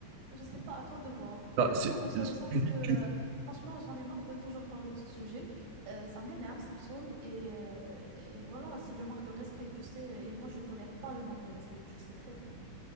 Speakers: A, on the right; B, on the right.
A: Je sais pas, à toi de voir.
B: Bah, c'est-
A: Pour une solution, parce
B: tu-
A: que euh,
B: tu-
A: franchement, j'en ai marre de toujours parler de ce sujet. Euh, ça m'énerve, ça me saoule, et, euh, et voilà, c'est du manque de respect, tu sais. Et moi, je tolère pas le manque de respect, tu le sais très bien.